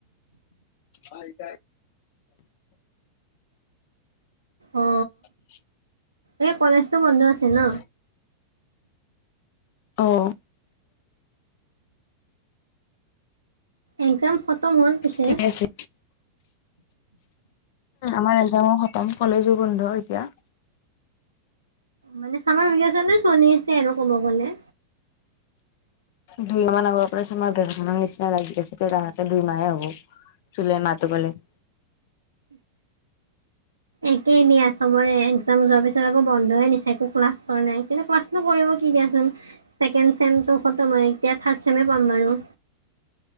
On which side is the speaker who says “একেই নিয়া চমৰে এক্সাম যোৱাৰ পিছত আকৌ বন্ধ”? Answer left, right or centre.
Right